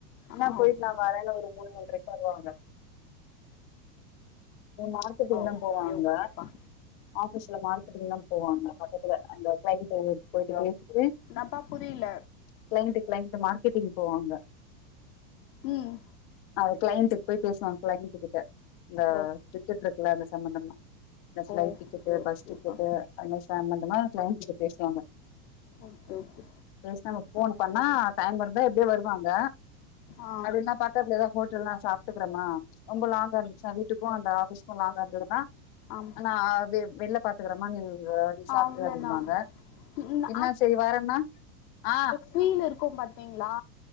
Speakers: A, on the left (about 30°); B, on the left (about 75°).
A: இன்னாப்
B: ஆ
A: போயிட்டு நா வரேனு ஒரு மூனு மூன்றைக் வருவாங்க இம் மார்க்கெட்டிங்லாம்
B: ஓகே
A: போவாங்க
B: ஓகேப்பா
A: ஆஃபிஸ்ல மார்க்கெட்டிங்தாம் போவாங்க பக்கத்துல அந்த கிளைன்ட்டு போயிட்டு பேசிட்டு
B: னாப்பா புரில
A: கிளைன்ட்டு கிளைன்ட்டு மார்கெட்டிங் போவாங்க
B: ம்
A: அவெ கிளைன்ட்டுக் போய் பேசுவா கிளைன்ட்டு கிட்ட இந்த
B: ஓ
A: டிக்கெட்ருக்குல அந்த சம்பந்தமா இந்த ஃபளைட்
B: ஓகே
A: டிக்கெட்டு
B: ஓகேப்பா
A: பஸ் டிக்கெட்டு அன்னு சம்பந்தமா கிளைன்ட் கிட்ட பேசுவாங்க
B: ஓகே ஓகே
A: பேச் நமக் ஃபோன் பண்ணா டைமிருந்தா எப்டியே வருவாங்க
B: ஆ
A: அது இன்னாப் பார்க் க்கத்ல எதா ஹோட்டல் நா சாப்ட்டுக்கறமா ரொம்ப லாங்கா இருந்துச்சா வீட்டுக்கு அந்த ஆஃபிஸ்க்கு லாங்கா இருந்ததுனா
B: ஆம்
A: நா வெ வெள்லப் பாத்துக்கறமா நீங் <unintelligible>
B: அவ்ளோதா ம்
A: இன்னா செய் வேறென்னா ஆ
B: குயில் இருக்கும் பாத்தீங்ளா